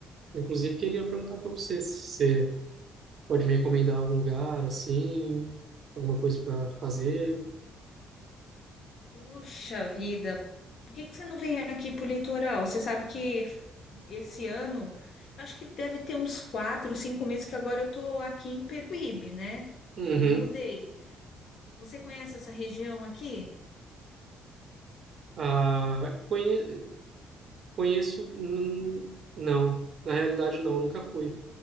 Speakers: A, on the right (about 35°); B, on the left (about 45°).
A: inclusive, queria perguntar para você se você pode me recomendar algum lugar, assim, alguma coisa para fazer.
B: Puxa vida, por que que você não vem aqui pro litoral? Você sabe que esse ano, eu acho que deve ter uns quatro, cinco meses que agora eu tô aqui em Peruíbe, né?
A: Uhum.
B: Eu me mudei. Você conhece essa região aqui?
A: Ah, conhe- conheço, hum, não, na realidade não, nunca fui.